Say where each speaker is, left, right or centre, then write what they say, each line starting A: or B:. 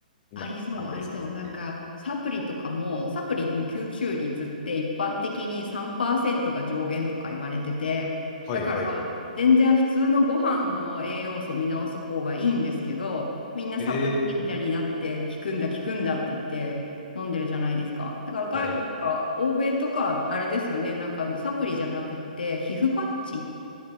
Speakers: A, on the left; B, on the left.
A: な、
B: ありそう、
A: あったりするんですかね。
B: ありそう。なんか、サプリとかも、サプリの吸収率って一般的に3%が上限とか言われてて、
A: はい。
B: だから、
A: はい。はい。はい。
B: 全然普通のご飯の栄養素見直す方がいいんですけど、みんなサプリ信者になって、
A: えー、
B: 効くんだ、効くんだって言って飲んでるじゃないですか。だから外、
A: はい
B: なんか、欧米とか、あれですよね、なんか、サプリじゃなくって、皮膚パッチ